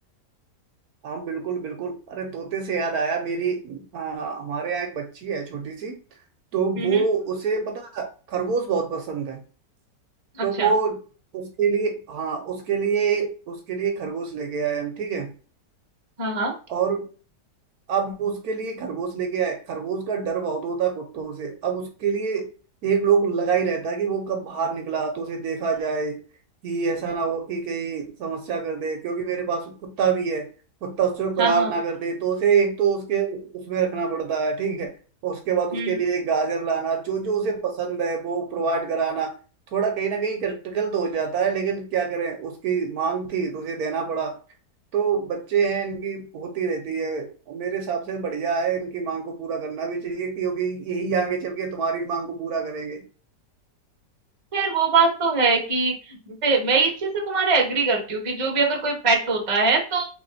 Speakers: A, on the right (about 65°); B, on the right (about 25°).
A: हाँ बिल्कुल बिल्कुल अरे तोते से याद आया मेरी हाँ, हमारे यहाँ एक बच्ची है छोटी सी तो
B: हम्म
A: वो
B: हम्म,
A: उसे पता खरगोश बहुत पसंद है तो
B: अच्छा
A: वो उसके लिए हाँ उसके लिए उसके लिए खरगोश लेके आए हम ठीक है
B: हाँ हाँ
A: और अब उसके लिए खरगोश लेके आए खरगोश का डर बहुत होता है कुत्तों से अब उसके लिए एक लोग लगा ही रहता है कि वो कब बाहर निकला तो उसे देखा जाए कि ऐसा ना हो कि कहीं समस्या कर दे क्योंकि मेरे पास कुत्ता भी है कुत्ता उस पर प्रहार
B: हाँ, हाँ,
A: ना कर दे तो उसे एक तो उसके उसमें रखना पड़ता है ठीक है उसके बाद
B: हुँ।
A: उसके लिए गाजर लाना जो जो उसे पसंद है वो प्रोवाइड कराना थोड़ा कहीं ना कहीं क्रिटिकल तो हो जाता है लेकिन क्या करें उसकी मांग थी तो उसे देना पड़ा तो बच्चे हैं इनकी होती रहती है मेरे हिसाब से बढ़िया है इनकी मांग को पूरा करना भी चाहिए क्योंकि यही आगे चल के तुम्हारी मांग को पूरा करेंगे
B: खैर वो बात तो है कि जैसे मैं इस चीज़ से तुम्हारे एग्री करती हूँ कि जो भी अगर कोई पेट होता है तो